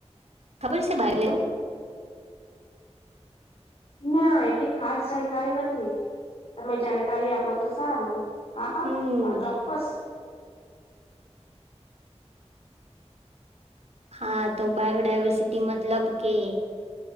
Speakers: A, on the right; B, on the left.
A: ખબર છે બાઈ <inaudible>
B: ના એટલી ખાસ જાણકારી નથી, તમે જાણકારી આપો તો સારું હા
A: હમ
B: હા ચોક્કસ
A: હા તો બાયોડાયવર્સિટી મતલબ કે